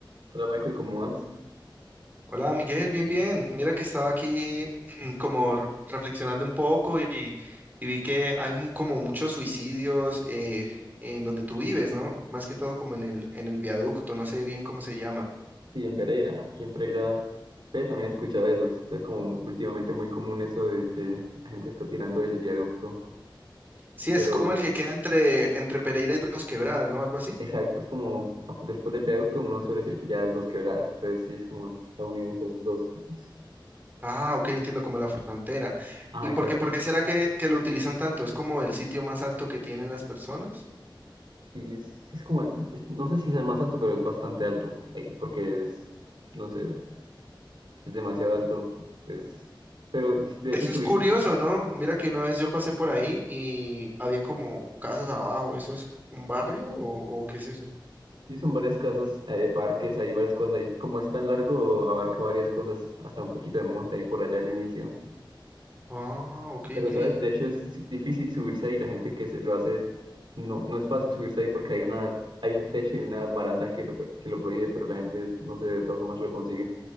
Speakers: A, on the right; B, on the right.
A: Hola Michael, ¿cómo vas?
B: Hola Miguel, bien, bien. Mira que estaba aquí mm, como r- reflexionando un poco y, y vi que hay mu- como muchos suicidios eh, en donde tú vives, ¿no? Más que todo como en el, en el viaducto, no sé bien cómo se llama.
A: Sí, en Pereira. Aquí en Pereira eh, también escuchaba eso. Es es como mu- últimamente muy común eso de que la gente está tirando del viaducto.
B: Sí, es
A: Pero
B: como el que queda entre, entre Pereira y Dos Quebradas, ¿no? Algo así.
A: exacto, es como ah, después del viaducto uno suele decir que ya es dos quebradas. Entonces sí, es como la unión entre esos dos. Y es-
B: Ah, ok, entiendo, como la frontera.
A: Ah,
B: ¿Y
A: exacto.
B: por qué, por qué será que, que lo utilizan tanto? ¿Es como el sitio más alto que tienen las personas?
A: Sí, es, es como, es- no sé si sea más alto, pero es bastante alto. ahí, porque es, no sé, es demasiado alto. Pues, pero de de
B: Eso
A: hecho subirse
B: es curioso, ¿no? Mira que una vez yo pasé por ahí y habían como casas abajo. ¿Eso es un barrio o, o qué es eso?
A: Sí, son varias casas, eh, parques, hay varias cosas ahí. Como es tan largo, abarca varias cosas, hasta un poquito de monta y por allá al inicio.
B: Ah, ok,
A: Pero,
B: ok.
A: ¿sabes? De hecho, es difícil subirse ahí. La gente que se lo hace, no, no es fácil subirse ahí porque hay una, hay un techo y una baranda que lo, que lo prohíbe, pero la gente, no sé, de todas formas lo consigue.